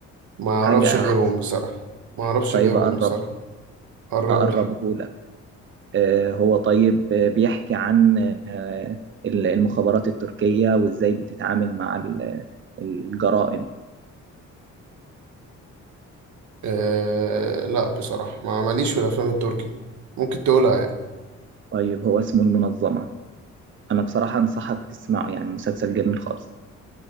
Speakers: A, on the right (about 70°); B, on the right (about 40°).
A: ما اعرفش
B: حاجة
A: غيرهم
B: أحدث
A: بصراحة ما اعرفش
B: طيب
A: غيرهم
B: أقرب
A: بصراحة قرب
B: أقربه
A: لي
B: لك آه، هو طيب آه، بيحكي عن آه، المخابرات التركية وإزاي بتتعامل مع ال- الجرائم
A: آه لا بصراحة ما ماليش في الافلام التركي ممكن تقولها يعني
B: طيب هو اسمه المنظمة أنا بصراحة أنصحك تسمعه يعني مسلسل جميل خالص